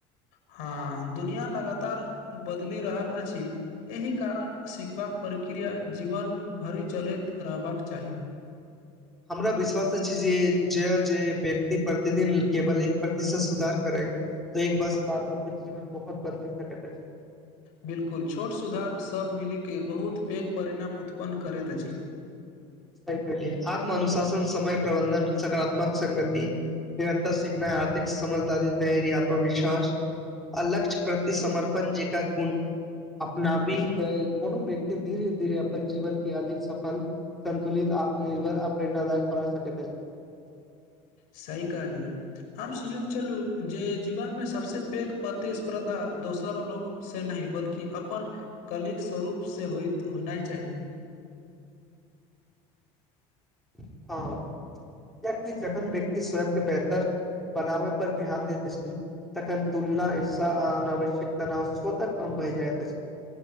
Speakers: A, on the left; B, in the centre.
A: हँ दुनिया लगातार बदलि रहल अछि एहि कारण सिखबाक प्रक्रिया जीवन भरि चलैत रहबाक चाही
B: हमरा विश्वास अछि जे जे जे व्यक्ति प्रतिदिन केवल एक प्रतिशत सुधार करै तऽ एक बरस बाद ओकर जीवन बहुत बदलि सकैत अछि
A: बिल्कुल छोट सुधार सभ मिलि केँ बहुत पैघ परिणाम उत्पन्न करैत अछि
B: सहि केहलिए आत्म अनुशासन समय प्रबन्धन सकारात्मक संगति निरन्तर सीखनाइ आर्थिक समझदारी धैर्य आत्मविश्वास अ लक्ष्य प्रति समर्पण जेका गुण अपना बीेकऽ कोनो व्यक्ति धीरे धीरे अपन जीवन के अधिक सफल संन्तुलित आत्मनिर्भर आ प्रेरनादायक बना सकैत अछी
A: सही कहली हम सोचित छलू जे जीवन मे सबसे पैघ प्रतिस्पर्धा दोसर लोक से नहि बल्कि कि अपन कलिक स्वरूप से होइत होना चाहि
B: <inaudible> हँ किया कि जखन व्यक्ति स्वयं के बेहतर बनाबे पर ध्यान देत अछि तखन तुलना ईर्षा आ अनावश्यक तनाव स्वतः कम भए जायइत अछि